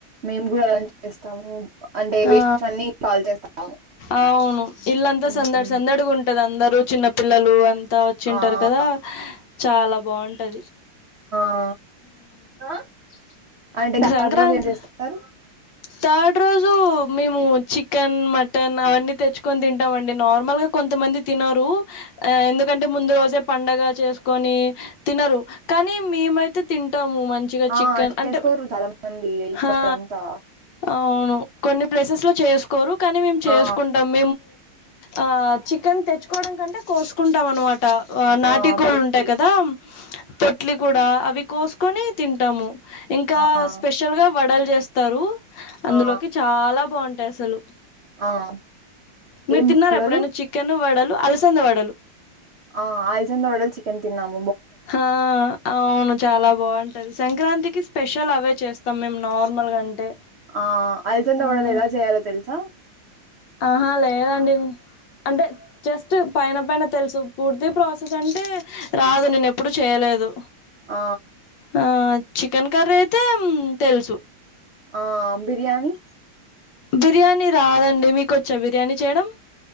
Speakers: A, on the right (about 75°); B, on the left (about 65°).
A: మేము కూడా అలాంటివి చేస్తాము అంటే వేస్ట్వి
B: ఆ!
A: అన్ని కాల్చేస్తాము
B: అవును ఇల్లంతా
A: హ్మ్.
B: సందడి సందడి గా ఉంటది అందరు చిన్న పిల్లలు అంతా వచ్చింటారు
A: ఆ! ఆ!
B: కదా చాలా బాగుంటది
A: ఆ ఆ అంటే
B: ఇంక
A: థర్డ్
B: సంక్రాంతి
A: రోజు ఏం చేస్తుంటారు
B: థర్డ్ రోజు మేము చికెన్ మటన్ అవన్నీ తెచ్చుకొని తింటామండి నార్మల్ గా కొంతమంది తినరు ఆ ఎందుకంటే ముందు రోజే పండగ చేసుకొని తినరు కానీ మేమైతే తింటాము మంచిగా
A: ఆ!
B: చికెన్ అంటే
A: చేసుకోరు చాలా మంది ఇక్కడంతా.
B: హా అవును కొన్ని ప్లేసెస్ లో చేసుకోరు కానీ మేము చేసుకుంటాం
A: ఆ!
B: ఆ చికెన్ తెచ్చుకోవడం కంటే కోసుకుంటాం అన్నమాట నాటుకోళ్ళు
A: ఆ! పొట్లి.
B: ఉంటాయి కదా ఆ నాటు కోళ్లు కోసుకొని తింటాము ఇంకా
A: ఆ!
B: స్పెషల్ గా వడలు చేస్తారు అందులోకి
A: ఆ!
B: చాలా బాగుంటుంది అసలు
A: ఆ!
B: మీరు
A: ఏం
B: తిన్నారా
A: వడలు
B: ఎప్పుడైన చికెన్ వడలు అలసంందవాడలు
A: ఆ అలసంందవాడలు ఒడలు చికెన్ తిన్నాం
B: ఆ అవును చాలా బాగుంటది సంక్రాంతికి స్పెషల్ అవే చేస్తాం మేము నార్మల్గా అంటే
A: ఆ అలసందవాడలు
B: ఆ!
A: ఎలా చేయాలో తెలుసా
B: ఆహా లేదండి అంటే జస్ట్ పైన పైన తెలుసు పూర్తి ప్రాసెస్ అంటే రాదు నేను ఎప్పుడుూ చేయలేదు
A: ఆ
B: ఆ చికెన్ కర్రీ అయితే తెలుసు
A: ఆ బిర్యానీ
B: బిర్యానీ రాదండి మీక వచ్చా బిర్యానీ చేయడం